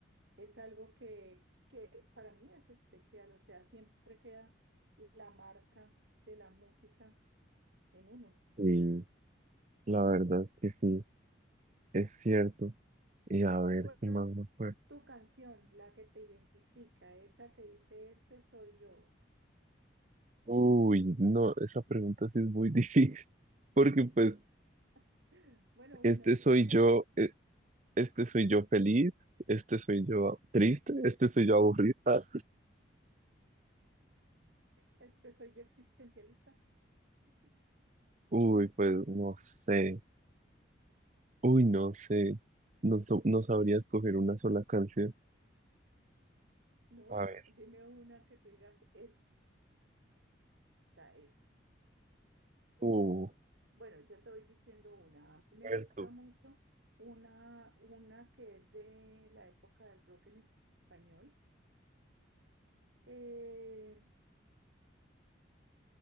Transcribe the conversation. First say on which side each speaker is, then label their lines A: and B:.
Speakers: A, on the right; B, on the right.
A: Es algo que, que para mí es especial, o sea, siempre queda la marca de la música en uno. O
B: Y
A: sea,
B: la verdad es que sí, es cierto. Y a ver,
A: ¿y cuál
B: ¿qué
A: es
B: más me acuerdo?
A: tu canción, la que te identifica, esa que dice, este soy yo? <gasps>
B: Uy, no, esa pregunta sí es muy <laughs> difícil, porque pues
A: <laughs> Bueno, una,
B: este soy
A: una
B: yo,
A: de las que,
B: e- este soy yo feliz, este soy yo triste, este soy yo aburrido. Ah,
A: este soy yo existencialista,
B: Uy, pues no sé, uy, no sé, no, so- no sabría escoger una sola canción.
A: ¿no?
B: A ver,
A: Dime una que tú digas, esta es.
B: uh,
A: Bueno, yo te voy diciendo una. A mí me
B: Alberto,
A: gusta mucho una, una que es de la época del rock en español. Eh,